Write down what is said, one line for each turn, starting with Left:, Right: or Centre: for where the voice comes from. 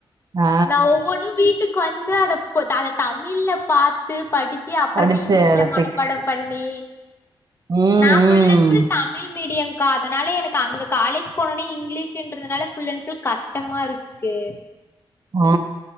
Right: ஆ
Left: நா ஒவ்வொன்னூ வீட்டுக்கு வந்து அதப் அத தமிழ்ல பாத்து படிச் சி அப்புறமே
Right: படிச்சு
Left: இங்கிலீஷ்ல
Right: அதை
Left: மனப்பாடோ
Right: பிக்
Left: பண்ணி
Right: ம்
Left: நான் ஃபுல் அண்ட் ஃபுல் தமிழ் மீடியம் கா அதனால எனக்கு அங்க காலேஜ் போனோட்னே இங்கிலீஷ்ன்றதுனால ஃபுல் அண்ட் ஃபுல் கஷ்டமா இருக்கு
Right: ஆ